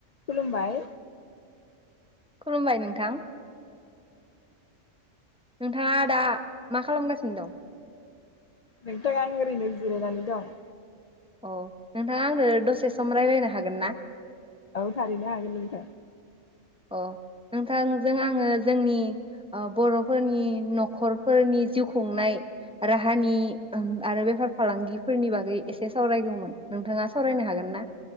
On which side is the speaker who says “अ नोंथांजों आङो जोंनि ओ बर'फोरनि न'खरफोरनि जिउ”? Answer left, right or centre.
Centre